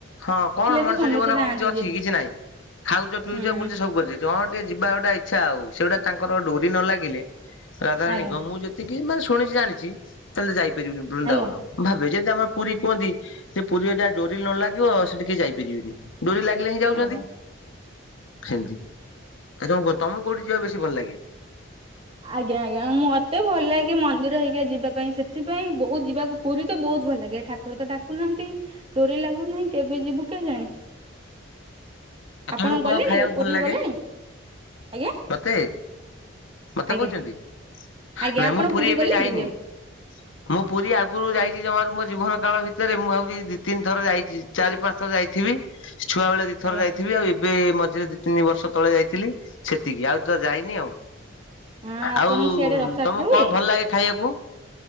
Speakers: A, on the left (about 75°); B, on the right (about 30°).
A: ହଁ କଣ ମଣିଷ
B: ତ ସମସ୍ତେ
A: ଜୀବନ
B: ଯାଆନ୍ତି
A: କିଛି ଅଛି
B: ଯେ
A: କିଛି ନାହିଁ। ଖାଉଛ ପିଉଛ
B: ହୁଁ
A: ବୁଲୁଛେ ସବୁ କରୁଛେ। ଜଣ ଟେ ଯିବା ଗୋଟା ଇଚ୍ଛା ଆଉ ସେଇଗୁଟା ତାଙ୍କର ଡୋରି ନ ଲାଗିଲେ ରାଧାରାଣୀଙ୍କ
B: ଆଜ୍ଞା ଆଜ୍ଞା
A: ମୁଁ ଯଦି ସେ ମାନେ ଶୁଣିଛି ଜାଣିଛି ତାହେଲେ ଯାଇପାରିବୁନି ବୃନ୍ଦାବନ
B: ଆଜ୍ଞା
A: ଭାବେ ଯେମିତି ଆମର ପୁରୀ କୁହନ୍ତି ସେ ପୁରୀ ଯାହା ଡୋରି ନ ଲାଗିବ ସେ ଟିକେ ଯାଇପାରିବେନି। ଡୋରି ଲାଗିଲେ ହିଁ ଯାଉଛନ୍ତି
B: ଆଜ୍ଞା।
A: ହେନ୍ତି। ଆଉ ତମକୁ କୋଉଠି ଯିବା ବେଶୀ ଭଲ ଲାଗେ?
B: ଆଜ୍ଞା ଆଜ୍ଞା ମତେ ଭଲ ଲାଗେ ମନ୍ଦିର ହେଇକା ଯିବା ପାଇଁ ସେଥିପାଇଁ ବୋଉ ଯିବାକୁ ପୁରୀ ତ ବହୁତ ଭଲ ଲାଗେ ଠାକୁର ର ତ ଡାକୁନାହାନ୍ତି ଡୋରି ଲାଗୁନି କେବେ ଯିବୁ କେଜାଣି?
A: ଆ
B: ଆପଣ
A: ତମକୁ କଣ
B: ଗଲେଣି
A: ଖାଇବାକୁ
B: ପୁରୀ
A: ଭଲ ଲାଗେ?
B: ଗଲେଣି ଆଜ୍ଞା
A: ମତେ? ମତେ
B: ଆଜ୍ଞା
A: କହୁଛନ୍ତି
B: ଆଜ୍ଞା
A: ନାଇଁ
B: ଆପଣ
A: ମୁଁ ପୁରୀ ଏବେ
B: ଗଲେ
A: ଯାଇନି
B: ବୁଲିବାକୁ
A: ମୁଁ ପୁରୀ ଆଗରୁ ଯାଇଛି ଜମାରୁ ମୋ ଜୀବନ କାଳ ଭିତରେ ମୁଁ ଭାବୁଛି ଦି ତିନି ଥର ଯାଇଛି। ଚାରି ପାଞ୍ଚ ଥର ଯାଇଥିବି ଛୁଆ ବେଳେ ଦି ଥର
B: ଆଜ୍ଞା
A: ଯାଇଥିବି ଆଉ ଏବେ ମଝିରେ ଦି ତିନି ବର୍ଷ ତଳେ ଯାଇଥିଲି ସେତିକି ଆଉ ତ ଯାଇନି ଆଉ।
B: ହଁ ଆପଣଙ୍କ
A: ଆଉ
B: ସିଆଡେ ରଥଯାତ୍ରା
A: ତମକୁ
B: ହୁଏ
A: କଣ ଭଲ ଲାଗେ ଖାଇବାକୁ?